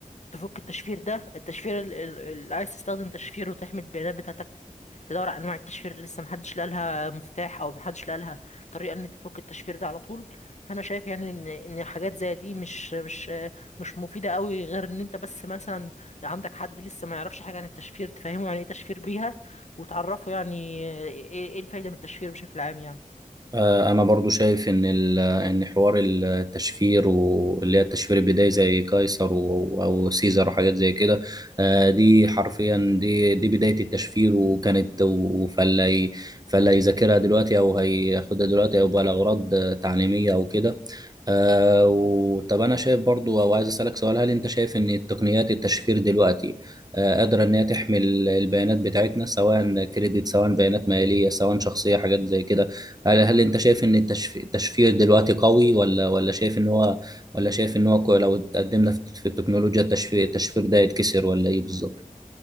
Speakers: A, on the left; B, on the right.
A: تفك التشفير ده التشفير اللي عايز تستخدم تشفير وتحمي البيانات بتاعتك تدور على انواع التشفير اللي لسه محدش لقى لها مفتاح او محدش لقى لها طريقه ان انت تفك التشفير ده على طول فانا شايف يعني ان ان حاجات زي دي مش مش مش مفيده قوي غير ان انت بس مثلا عندك حد لسه ما يعرفش حاجه عن التشفير تفهمه يعني ايه تشفير بيها وتعرفه يعني ايه إيه الفايده من التشفير بشكل عام يعني
B: آه، انا برضو شايف ان ال- ان حوار التشفير واللي هي التشفير البدائي زي قيصر و- او سيزر وحاجات زي كده آه، دي حرفيا دي دي بدايه التشفير وكانت و- فاللي هي- فاللي هيذاكرها دلوقتي او هياخدها دلوقتي او بقى لاغراض آه، تعليميه او كده آه، وطب انا شايف برضو او عايز اسالك سؤال هل انت شايف ان تقنيات التشفير دلوقتي آه، قادره ان هي تحمي ال- البيانات بتاعتنا سواء كريدت سواء بيانات ماليه سواء شخصيه حاجات زي كده هل هل انت شايف ان التشف- التشفير دلوقتي قوي ولا ولا شايف ان هو ولا شايف ان هو كو- لو اتقدمنا في في التكنولوجيا التشفير التشفير ده يتكسر ولا ايه بالظبط